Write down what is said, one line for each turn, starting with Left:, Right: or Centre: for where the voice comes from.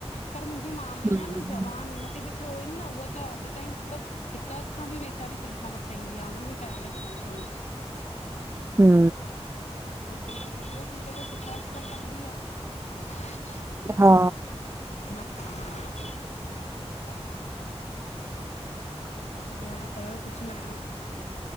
Left: पर मुंहिंजी मामी
Right: हम्म
Left: आहे न जवान हुनखे बि थियो हुईन न उह त अॼु ताईं मतलब हिक हथ सां बि वेचारी फुल्का पचाईंदी आहे। हुन खे बि पैरालिसिस थियो। ह <inaudible>
Right: हूं
Left: जेतरो थींदो तस हिक हथ सां कंदी आहे।
Right: हा
Left: <inaudible> ॿियो ॿुधायो कुछ नयो।